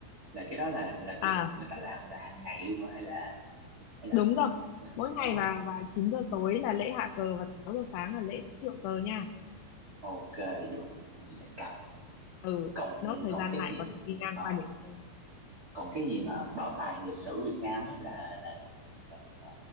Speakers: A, on the right (about 30°); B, on the left (about 85°).
A: là cái đó là là kiểu
B: à
A: người ta làm là hàng ngày luôn hả? hay là hay là
B: đúng rồi mỗi
A: oh,
B: ngày và và 9 giờ tối là lễ hạ cờ và 6 giờ sáng là lễ thượng cờ nha
A: ok được gì để cặp
B: ừ
A: còn
B: nốt thời
A: còn
B: gian
A: cái
B: lại
A: gì
B: có thể đi ngang
A: ờ,
B: qua để xem
A: còn cái gì mà bảo tàng lịch sử Việt Nam ấy là là là, là, là,